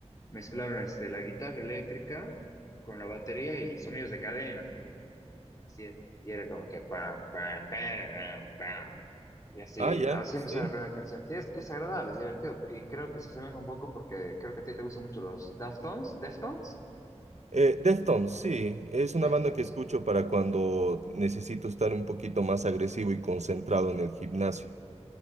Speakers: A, on the left; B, on the right.
A: mezclaron este, la guitarra eléctrica con la batería y sonidos de cadena. Así, y era como que pam, pam, pam, pam. Y así,
B: Ah, ya,
A: así
B: sí.
A: empezaba la primera canción. Sí, es, es agradable, es divertido. Y creo que se asemeja un poco porque creo que a ti te gustan mucho los Deftones. ¿Deftones?
B: Eh, Deftones, sí, es una
A: Deftones.
B: banda que escucho para cuando necesito estar un poquito más agresivo y concentrado en el gimnasio.